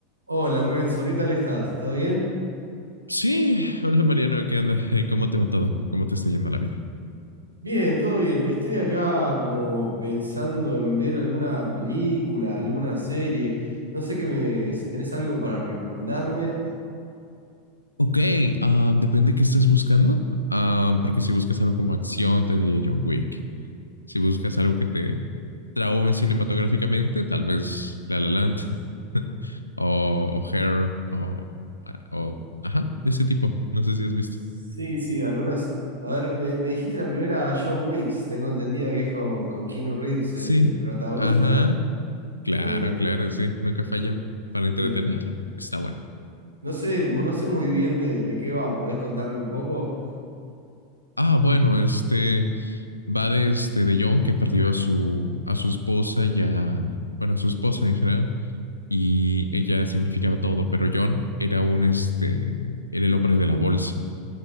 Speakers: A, on the right; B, on the left.
A: Hola Renzo, ¿qué tal estás? ¿Todo bien?
B: Sí, hola Mariano, ¿qué onda? Hey, ¿Cómo te va todo? ¿Cómo te está yendo la vida?
A: Bien, todo bien. Estoy acá como pensando en ver alguna película, alguna serie. No sé qué me, si tenés algo para recomendarme.
B: Ok, ah, depende de qué estés buscando, Ah, porque si buscas algo como acción, te diría John Wick. Si buscas algo que te traume cinematográficamente, tal vez La La Land <laughs> o, o Hair o, o- ajá, de ese tipo. No sé si has visto.
A: Sí, sí, algunas. A ver, me, me dijiste la primera John Wick, tengo entendido que es con, con Keanu Reeves,
B: Sí,
A: es el protagonista.
B: ajá, claro,
A: Eh,
B: claro, sí, nunca falla para entretener.
A: pero
B: Está bueno.
A: no sé, mu- no sé muy bien de, de qué va. ¿Podés contarme un poco?
B: Ah, bueno, este. Va de este de John, que perdió a su, a su esposa y a, bueno, a su esposa en general, y ella significaba todo, pero John era un, este, era el hombre de la bolsa,